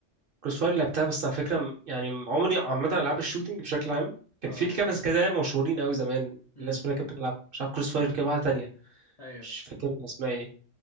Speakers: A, on the right; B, on the left.
A: كروس فاير لعبتها بس على فكره م- يعني عمري عامه العاب الشوتينج بشكل عام كان
B: اه
A: في كام بس كذا لعبه مشهورين قوي زمان
B: امم
A: الناس كلها كانت بتلعب مش عارف كروس فاير كده واحده تانيه
B: ايوه
A: مش فاكر كان اسمها ايه